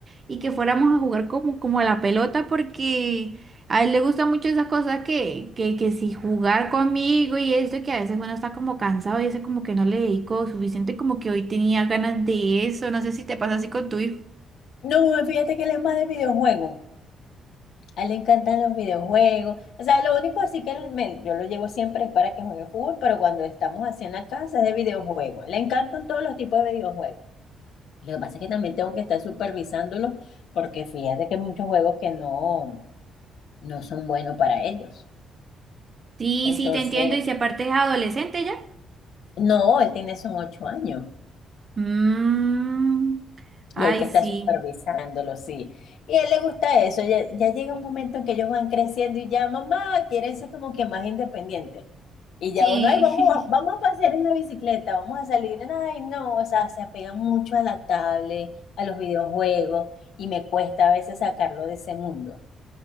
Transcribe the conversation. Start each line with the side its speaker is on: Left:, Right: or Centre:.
Right: y que fuéramos a jugar como, como a la pelota porque a él le gustan mucho esas cosas que, que, que si jugar conmigo y esto que a veces uno está como cansado y eso como que no le dedico suficiente como que hoy tenía ganas de eso, no sé si te pasa así con tu hijo.
Left: No, fíjate que él es más de videojuegos. A él le encantan los videojuegos. O sea, lo único así que él me- yo lo llevo siempre es para que juegue fútbol, pero cuando estamos así en la casa es de videojuegos. Le encantan todos los tipos de videojuegos. Lo que pasa es que también tengo que estar supervisándolo porque fíjate que hay muchos juegos que no, no son buenos para ellos.
Right: Sí,
Left: Entonces,
Right: sí, te entiendo y si aparte es adolescente ya.
Left: no, él tiene son ocho años.
Right: Mm, ay,
Left: Y hay que
Right: sí.
Left: estar supervisándolo, sí. Y a él le gusta eso. Ya, ya llega un momento en que ellos van creciendo y ya, mamá, quieren ser como que más independientes. Y
Right: Sí.
Left: ya uno, ay, vamos, a- vamos
Right: <laughs>
Left: a pasear en la bicicleta, vamos a salir. Ay, no, o sea, se apegan mucho a la tablet, a los videojuegos, y me cuesta a veces sacarlo de ese mundo.